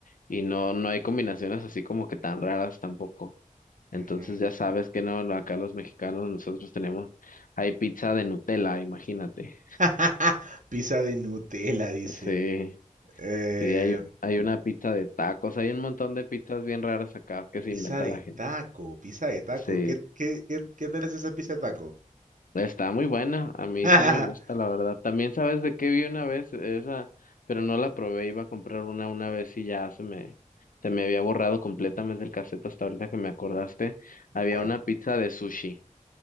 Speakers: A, on the left; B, on the right.
A: y no, no hay combinaciones así como que tan raras tampoco. Entonces
B: Ujú.
A: ya sabes que no, acá los mexicanos nosotros tenemos, hay pizza de Nutella, imagínate.
B: <laughs> Pizza de Nutella, dice.
A: Sí,
B: Eh,
A: sí, hay, un- hay una pizza de tacos, hay un montón de pizzas bien raras acá que se
B: pizza
A: inventa
B: de
A: la gente.
B: taco, pizza de taco.
A: Sí,
B: ¿Qué, qué, qué, qué tal es esa pizza de taco?
A: está muy buena, a mí
B: <laughs>
A: sí me gusta, la verdad. También sabes de qué vi una vez esa, pero no la probé, iba a comprar una una vez y ya se me, se me había borrado completamente el cassette hasta ahorita que me acordaste. Había
B: ¿Cuál?
A: una pizza de sushi.